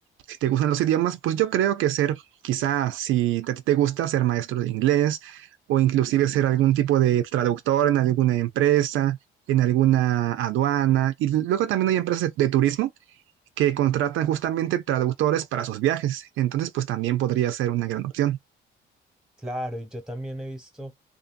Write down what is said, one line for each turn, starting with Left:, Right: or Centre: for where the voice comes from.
Right: si te gustan los idiomas, pues yo creo que ser, quizás si te te gusta ser maestro de inglés o inclusive ser algún tipo de traductor en alguna empresa, en alguna aduana. Y luego también hay empresas de, de turismo que contratan justamente traductores para sus viajes. Entonces, pues también podría ser una gran opción.
Centre: Claro, y yo también he visto